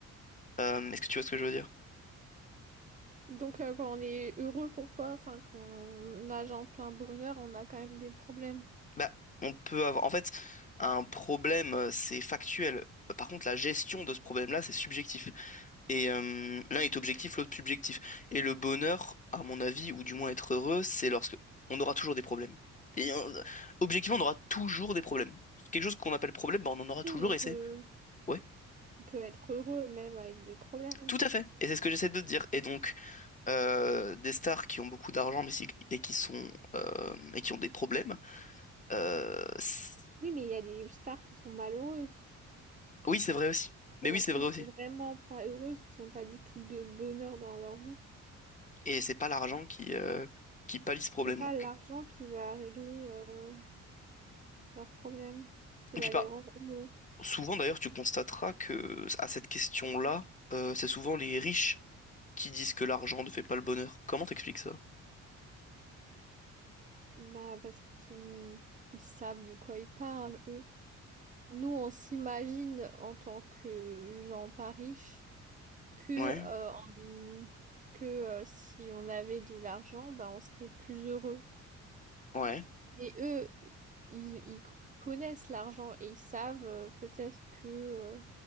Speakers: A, on the left; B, on the right.
A: Euh, est-ce que tu vois ce que je veux dire?
B: Donc, euh, quand on est heureux pour toi, enfin, qu'on nage en plein bonheur, on a quand même des problèmes.
A: Bah, on peut avoir. En fait, un problème, euh, c'est factuel. Par contre, la gestion de ce problème-là, c'est subjectif. Et euh, l'un est objectif, l'autre subjectif. Et le bonheur, à mon avis, ou du moins être heureux, c'est lorsque on aura toujours des problèmes. Et euh, objectivement, on aura toujours des problèmes. Quelque chose qu'on appelle problème, bah, on en aura
B: Oui,
A: toujours
B: mais on
A: et
B: peut,
A: c'est... Ouais,
B: on peut être heureux même avec des problèmes.
A: tout à fait. Et c'est ce que j'essaie de te dire. Et donc, euh, des stars qui ont beaucoup d'argent mais si- et qui sont euh, et qui ont des problèmes, euh, c'est-
B: Oui, mais il y a des stars qui sont malheureuses.
A: oui, c'est vrai aussi.
B: qui
A: Mais
B: ont-
A: oui, c'est
B: qui
A: vrai
B: sont
A: aussi.
B: vraiment pas heureuses, qui n'ont pas du tout de bonheur dans leur vie.
A: Et c'est pas l'argent qui, euh, qui pallie ce problème,
B: C'est pas
A: donc.
B: l'argent qui va régler euh, leurs problèmes, qui
A: Et
B: va
A: puis par
B: les rendre heureux.
A: Souvent, d'ailleurs, tu constateras que à cette question-là, euh, c'est souvent les riches qui disent que l'argent ne fait pas le bonheur. Comment t'expliques ça?
B: Bah, parce qu'ils ils savent de quoi ils parlent, eux. Nous, on s'imagine en tant que gens pas riches que,
A: Ouais,
B: euh, en- que euh, si on avait de l'argent, bah, on serait plus heureux.
A: ouais.
B: Mais eux, ils, ils connaissent l'argent et ils savent euh, peut-être que euh,